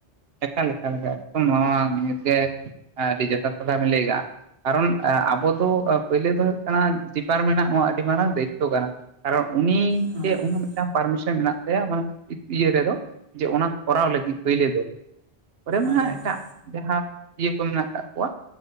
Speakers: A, on the right (about 70°); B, on the right (about 30°).
A: ᱮᱠᱟᱞ ᱮᱠᱟᱞ ᱱᱤᱭ ᱜᱮ ᱡᱚᱛᱷᱟᱛ ᱠᱟᱛᱷᱟ ᱵᱮᱱ ᱞᱟᱹᱭᱮᱫᱼᱟ᱾ ᱠᱟᱨᱚᱱ ᱟᱵᱚ ᱫᱚ ᱯᱳᱭᱞᱳ ᱫᱚ ᱦᱩᱭᱩᱜ ᱠᱟᱱᱟ ᱰᱤᱯᱟᱨ ᱢᱮᱱᱟᱜ ᱱᱚᱣᱟ ᱟᱹᱰᱤ ᱢᱟᱨᱟᱝ ᱫᱟᱭᱤᱛᱛᱚ ᱠᱟᱱᱟ᱾ ᱠᱟᱨᱚᱱ ᱩᱱᱤ
B: ᱦᱮᱸ
A: ᱜᱮ ᱚᱱᱟ ᱢᱤᱫᱴᱟᱝ ᱯᱟᱨᱢᱤᱥᱚᱱ ᱢᱮᱱᱟᱜ ᱛᱟᱭᱟ ᱚᱱᱟ ᱤᱭᱟᱹ ᱨᱮᱫᱚ ᱡᱮ ᱚᱱᱟ ᱠᱚᱨᱟᱣ ᱞᱟᱹᱜᱤᱫ ᱯᱳᱭᱞᱳ ᱫᱚ ᱚᱰᱮ ᱢᱟᱸ
B: ᱟᱫᱚ ᱵᱟᱠᱷᱟᱱ
A: ᱮᱴᱟᱜ ᱡᱟᱦᱟᱸ ᱤᱭᱟᱹ ᱠᱚ ᱢᱮᱱᱟᱜ ᱠᱚ ᱠᱚᱣᱟ